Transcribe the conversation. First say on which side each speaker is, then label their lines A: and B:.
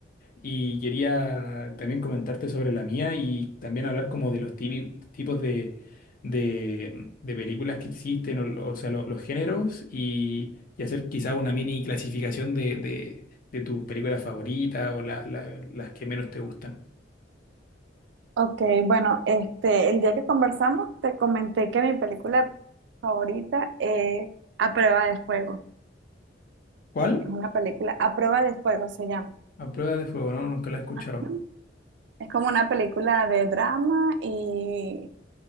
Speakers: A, on the left (about 50°); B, on the right (about 70°).
A: y quería también comentarte sobre la mía y también hablar como de los tipi- tipos de, de, de películas que existen, o, lo- o sea, lo- los géneros, y, y hacer quizá una mini clasificación de, de, de tus películas favoritas o la- la- las que menos te gustan.
B: Ok, bueno, este, el día que conversamos te comenté que mi película favorita es A Prueba de Fuego.
A: ¿Cuál?
B: Es una película, A Prueba de Fuego se llama.
A: A prueba de fuego, no, nunca la he escuchado.
B: Ajá. Es como una película de drama y